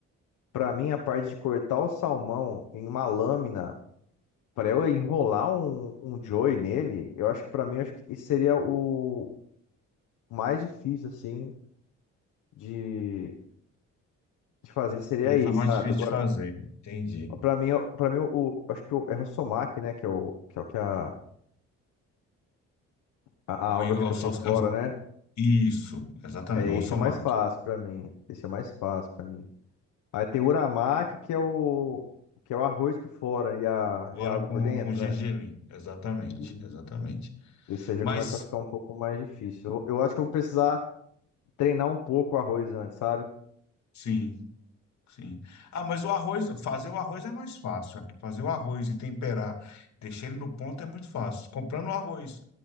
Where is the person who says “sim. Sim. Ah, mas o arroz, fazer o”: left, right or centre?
Left